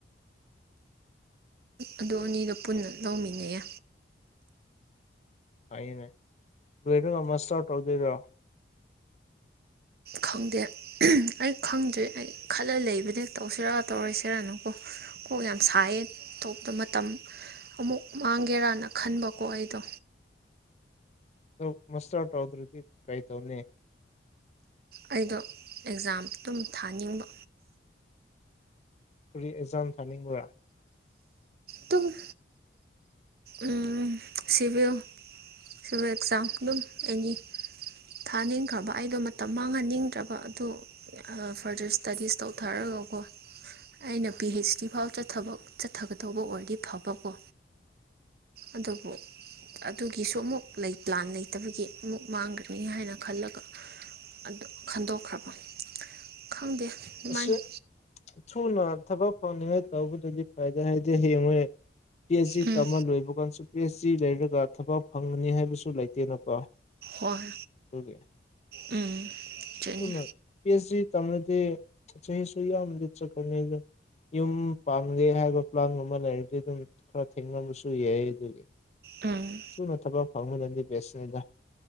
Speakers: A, on the right; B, on the left.
A: ꯑꯗꯨ ꯑꯅꯤꯗꯣ ꯄꯨꯟꯅ ꯂꯧꯃꯤꯟꯅꯩꯌꯦ
B: ꯐꯩꯅꯦ ꯂꯣꯏꯔꯒ ꯃꯁꯇꯔ ꯇꯧꯗꯨꯏꯔꯣ
A: ꯈꯪꯗꯦ ꯎꯝ ꯑꯩ ꯈꯪꯗ꯭ꯔꯤ ꯑꯩ ꯈꯜꯂ ꯂꯩꯕꯅꯦ ꯇꯧꯁꯤꯔ ꯇꯧꯔꯣꯏꯁꯤꯔꯅꯀꯣ ꯀꯣꯛ ꯌꯥꯝ ꯁꯥꯏꯌꯦ ꯇꯧꯕꯗ ꯃꯇꯝ ꯑꯃꯨꯛ ꯃꯥꯡꯒꯦꯔꯥꯅ ꯈꯟꯕꯀꯣ ꯑꯩꯗꯣ
B: ꯑꯗꯣ ꯃꯁꯇꯔ ꯇꯧꯗ꯭ꯔꯗꯤ ꯀꯩ ꯇꯧꯅꯤ
A: ꯑꯩꯗꯣ ꯑꯦꯛꯖꯥꯝ ꯑꯗꯨꯝ ꯊꯥꯅꯤꯡꯕ
B: ꯀꯔꯤ ꯑꯦꯖꯥꯝ ꯊꯥꯅꯤꯡꯕ꯭ꯔꯥ
A: ꯇꯨꯝ ꯎꯝ ꯁꯤꯚꯤꯜ ꯁꯤꯚꯤꯜ ꯑꯦꯛꯖꯥꯝ ꯑꯗꯨꯝ ꯑꯦꯅꯤ ꯊꯥꯅꯤꯡꯈ꯭ꯔꯕ ꯑꯩꯗꯣ ꯃꯇꯝ ꯃꯥꯡꯍꯟꯅꯤꯡꯗ꯭ꯔꯕ ꯑꯗꯨ ꯑꯥ ꯐ꯭ꯔꯗꯔ ꯏꯁꯇꯗꯤꯁ ꯇꯧꯊꯔꯒꯀꯣ ꯑꯩꯅ ꯄꯤ ꯍꯩꯆ ꯗꯤ ꯐꯥꯎ ꯆꯠꯊꯕ ꯆꯠꯊꯒꯗꯧꯕ ꯑꯣꯏꯔꯗꯤ ꯐꯕꯀꯣ ꯑꯗꯨꯕꯨ ꯑꯗꯨꯒꯤꯁꯨ ꯑꯃꯨꯛ ꯂꯩ ꯄ꯭ꯂꯥꯟ ꯂꯩꯇꯕꯒꯤ ꯑꯃꯨꯛ ꯃꯥꯡꯒ꯭ꯔꯅꯤ ꯍꯥꯏꯅ ꯈꯜꯂꯒ ꯑꯗꯣ ꯈꯟꯗꯣꯛꯈ꯭ꯔꯕ ꯈꯪꯗꯦ ꯑꯗꯨꯃꯥꯏꯅ
B: ꯑꯁꯤ ꯊꯨꯅ ꯊꯕꯛ ꯐꯪꯅꯤꯡꯉꯥꯏ ꯇꯧꯕꯗꯗꯤ ꯐꯩꯗ ꯍꯥꯏꯗꯤ ꯍꯌꯦꯡꯋꯥꯏ ꯄꯤ ꯑꯩꯆ ꯖꯤ
A: ꯎꯝ
B: ꯇꯝꯃ ꯂꯣꯏꯕ ꯀꯥꯟꯁꯨ ꯄꯤ ꯑꯩꯆ ꯖꯤ ꯂꯩꯔꯒ ꯊꯕꯛ ꯐꯪꯒꯅꯤ ꯍꯥꯏꯕꯁꯨ ꯂꯩꯇꯦꯅꯀꯣ
A: ꯑꯣꯏ
B: ꯑꯗꯨꯒꯤ
A: ꯎꯝ ꯆꯨꯅꯤ
B: ꯊꯨꯅ ꯄꯤ ꯍꯩꯁ ꯗꯤ ꯇꯝꯂꯗꯤ ꯆꯍꯤ ꯁꯨ ꯌꯥꯝ ꯆꯠꯈ꯭ꯔꯅꯤꯗ ꯌꯨꯝ ꯄꯥꯟꯒꯦ ꯍꯥꯏꯕ ꯄ꯭ꯂꯥꯟ ꯒꯨꯝꯕ ꯂꯩꯔꯗꯤ ꯑꯗꯨꯝ ꯈꯔ ꯊꯦꯡꯅꯕꯁꯨ ꯌꯥꯏ ꯑꯗꯨꯒꯤ
A: ꯎꯝ
B: ꯁꯨꯝꯕ ꯊꯕꯛ ꯐꯪꯕꯅꯗꯤ ꯕꯦꯁ ꯑꯣꯏꯗ